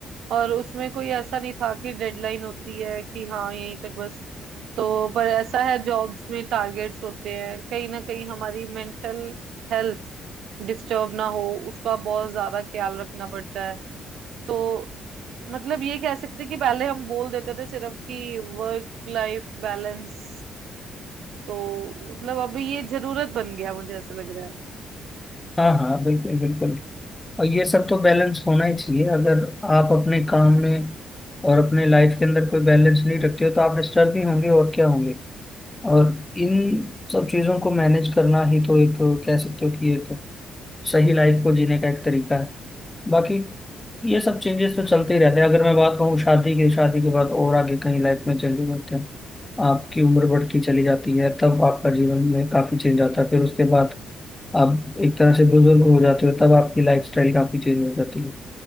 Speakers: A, on the right (about 75°); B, on the left (about 15°).
A: और उसमें कोई ऐसा नहीं था कि डेडलाइन होती है कि हाँ यहीं तक बस तो पर ऐसा है जॉब्स में टारगेट्स होते हैं कहीं ना कहीं हमारी मेंटल हेल्थ डिस्टर्ब ना हो उसका बहुत ज्यादा ख्याल रखना पड़ता है तो मतलब ये कह सकते हैं कि पहले हम बोल देते थे सिर्फ कि वर्क लाइफ बैलेंस तो मतलब अब ये जरूरत बन गया मुझे ऐसा लग रहा है
B: हाँ हाँ बिल्कुल बिल्कुल और ये सब तो बैलेंस होना ही चाहिए अगर आप अपने काम में और अपने लाइफ के अंदर कोई बैलेंस नहीं रखते हो तो आप डिस्टर्ब ही होंगे और क्या होंगे और इन सब चीजों को मैनेज करना ही तो एक कह सकते हो कि एक सही लाइफ को जीने का एक तरीका है बाकी ये सब चेंजेस तो चलते ही रहते हैं अगर मैं बात कहूँ शादी के शादी के बाद और आगे कहीं लाइफ में चेंजेस होते हैं आपकी उम्र बढ़ती चली जाती है तब आपका जीवन में काफी चेंज आता है फिर उसके बाद आप एक तरह से बुजुर्ग हो जाते हो तब आपकी लाइफ स्टाइल काफी चेंज हो जाती है